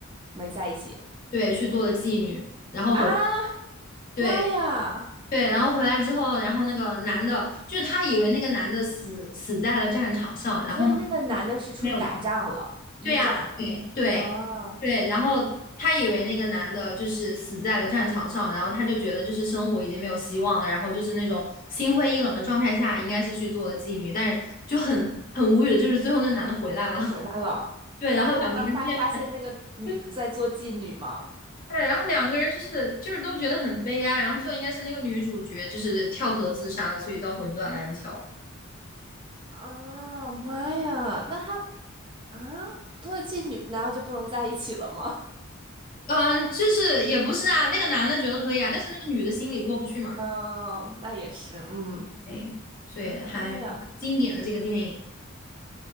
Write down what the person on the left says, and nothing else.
对去做了妓女，然后回。
对，
对，然后回来之后，然后那个男的，就是他以为那个男的死死在了战场上，然后呢，
没有，
对呀、对对对，
然后他以为那个男的就是死在了战场上，然后他就觉得就是生活已经没有希望了，然后就是那种心灰意冷的状态下，应该是去做了妓女，但是就很很无语的，就是最后那男的回来了，<laughs>
对，
然后两个人见。
对，对然后两个人就是就是都觉得很悲哀，然后最后应该是那个女主角就是跳河自杀了，所以叫魂断蓝桥。
嗯，就是也不是啊，那个男的觉得可以啊，但是那个女的心里过不去嘛，
对，所以还经典的这个电影，